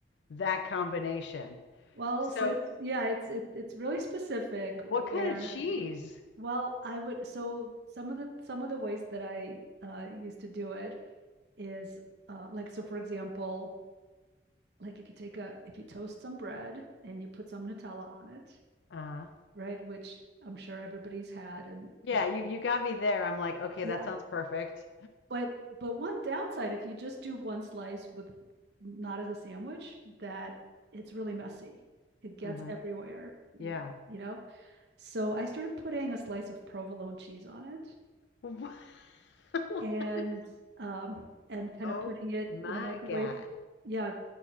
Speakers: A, on the left (about 80°); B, on the right (about 70°).
A: that combination.
B: well,
A: So,
B: so it's yeah, it's it, it's really specific
A: what
B: where
A: kind of cheese?
B: Well, I would so some of the some of the ways that I uh, used to do it is uh, like so for example, like if you take a if you toast some bread and you put some Nutella on it,
A: Uh,
B: right, which I'm sure everybody's had and
A: yeah,
B: it
A: you, you got me there. I'm like, okay,
B: yeah.
A: that sounds perfect.
B: But but one downside if you just do one slice with not as a sandwich that it's really messy. It gets
A: hmm
B: everywhere. You
A: Yeah.
B: you know. So I started putting a slice of provolone cheese on it
A: <laughs>
B: and um and kind
A: Oh
B: of putting it
A: my
B: in the microwave.
A: God.
B: Yeah,